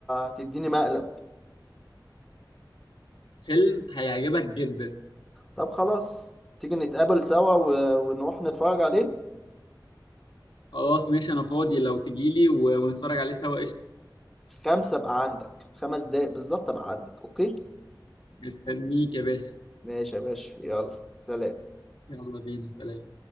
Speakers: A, in the centre; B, on the left.
A: هتديني مقلب
B: فيلم هيعجبك جدا
A: طب خلاص تيجي نتقابل سوا و- ونروح نتفرج عليه
B: خلاص ماشي انا فاضي لو تجيلي و- ونتفرج عليه سوا قشطة
A: خمسة بقى عندك خمس دقايق بالظبط بقى عندك اوكي
B: مستنيك يا باشا
A: ماشي يا باشا يلا سلام
B: يلا بينا سلام